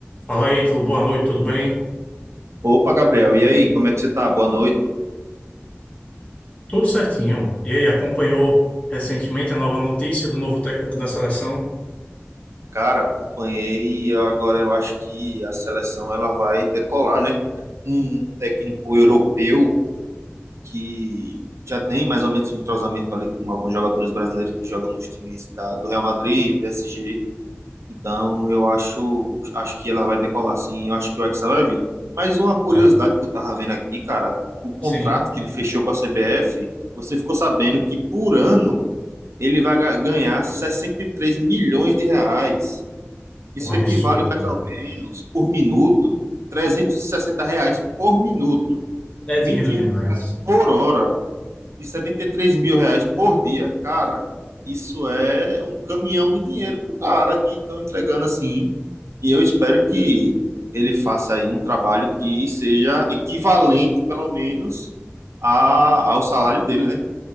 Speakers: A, on the left (about 25°); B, on the right (about 80°).
A: Fala aí, tudo boa noite, tudo bem?
B: Opa, Gabriel, e aí, como é que você tá? Boa noite.
A: Tudo certinho. E aí, acompanhou recentemente a nova notícia do novo técnico da seleção?
B: Cara, acompanhei e eu- agora eu acho que a seleção ela vai decolar, né? Um técnico europeu que já tem mais ou menos um entrosamento ali com alguns jogadores brasileiros que jogam nos times da- do Real Madrid, PSG. Então, eu acho, acho que ela vai decolar sim, eu acho que o Hexa vai vir. Mas uma curiosidade
A: Tá.
B: que eu tava vendo aqui, cara, o contrato
A: Sim,
B: que ele fechou com a CBF, você ficou sabendo que por ano ele vai ga- ganhar 63 milhões de reais. Isso
A: um absurdo.
B: equivale mais ou menos, por minuto, 360 reais por minuto,
A: É
B: vinte
A: dinheiro
B: e
A: demais.
B: um reais por hora e 73 mil reais por dia. Cara, isso é um caminhão de dinheiro pro cara que estão entregando assim. E eu espero que ele faça aí um trabalho que seja equivalente, pelo menos, a- ao salário dele, né?